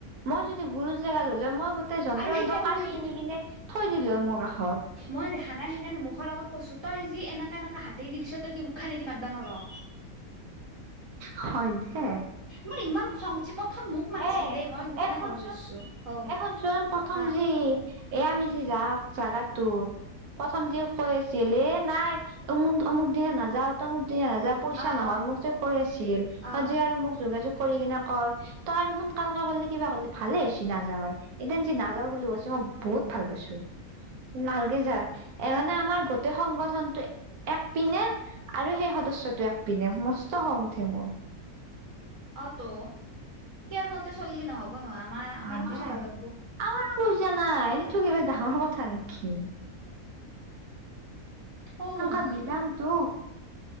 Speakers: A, on the right (about 80°); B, on the right (about 25°).
A: মই যদি গুৰু জেগাত হলে মই গোটেই যন্ত্ৰ
B: আৰু সেইকাৰণে
A: যন্ত্ৰ কাঢ়ি
B: মই সেইদিনা
A: আনি কিনে থৈ দিলো মোৰ কাষত।
B: মই দেখা নাই সেইকাৰণে মুখৰ আগত কৈছোঁ তই যেি এনেকা এনেককা হাতে দিছ তই কি মুখ খানেদিম ম <inaudible>
A: হয় দে।
B: মোৰ ইমান খং উথচে প্ৰথম মোক মাতছিল
A: এ,
B: দেই মই নুশুনা
A: এ, শুনচোন
B: ভাও জুৰছো হ
A: এ শুনচোন প্ৰথম
B: হা
A: যি এ, আমি যি যাওক জাগাতটো প্ৰথম দি কৈ আছিল এ নাই অমুক অমুক দিনে নাযাও তমুক দিনে নাযাও পইচা
B: আ
A: নহয়
B: আ
A: মোক যে কৈ আছিল
B: আ
A: যে আৰু মোক যোগাযোগ কৰি কিনে কয় তই আৰু সোনকালকে কৰিলে কিবা কৰিলে ভালে হৈছে নাযাৱায়। এদ যি নাগা বুলিলো আছে মই বহুত ভাল পাইছোঁ। লালগে যা এ মানে আমাৰ গোটেই সংগঠনটো এক পিন্নে আৰু সেই সদস্য়টো এক পিন্ধনে মস্ত হওঁ উঠে মোৰ।
B: অ, তো কিয়াৰ মতে চলি নহব। হ'ব নহয় আমাৰ
A: হয়
B: আমাৰতো
A: দে,
B: চাব লাগিব।
A: আমাৰো কইজা নাই তোক কিবা ডাঙৰ কথা নেকি?
B: <inaudible>
A: কাম কা বিলামতো